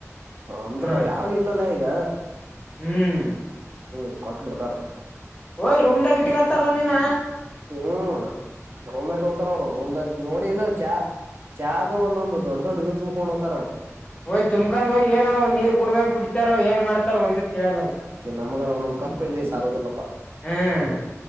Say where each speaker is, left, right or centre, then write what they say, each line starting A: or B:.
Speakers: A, on the right (about 45°); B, on the left (about 20°).
A: ಅಂದ್ರ
B: ಹ್ಮ್
A: ಯಾರು ಇಲ್ಲಲ್ಲ ಈಗ
B: ಹ್ಮ್
A: ಹ್ಮ್ ಕೊಟ್ಟ್ ಬಿಡ್ತಾರ
B: ಓಯ್ ರೂಂದಾಗ ಇಟ್ಕಕೊಂತಾರೋ ನಿನ್ನ
A: ಹ್ಮ್ ರೂಮ್ ಇಟ್ ಹೋತಾರ ಅವರು ರೂಮ್ ನೋಡಿ ಇಲ್ಲ ಚಾ ಚಾದು ಒಂದೊಂದು ದೊಡ್ಡ ದೊಡ್ಡ ಇದು ತುಂಬಕೊಂಡು ಹೋಗ್ತಾರ
B: ಹೊಯ್ ತುಂಬಕೊಂಡ್ ಹೋಗಿ ಏನ ನೀರ್ ಕುಡ್ದಂಗ ಕುಡಿತಾರ ಏನ್ ಮಾಡ್ತಾರ ಒಂದು ತಿಳಿಯಲ್ಲ
A: ನಮ್ಗ ಒಂದೊಂದು ಕಪ್ಪ ಇಲ್ಲಿ ಸಾರುದಿಲ್ಲಪ್ಪಾ
B: ಹ್ಮ್